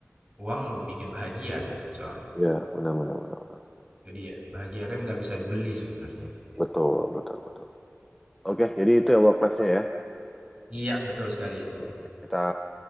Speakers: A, on the right; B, in the centre.
A: uang bikin bahagia kan soalnya.
B: ya benar benar benar benar.
A: jadi ya bahagia kan nggak bisa dibeli sebenarnya, gitu.
B: betul betul betul oke jadi itu ya work life-nya ya
A: Iya betul sekali itu.
B: kita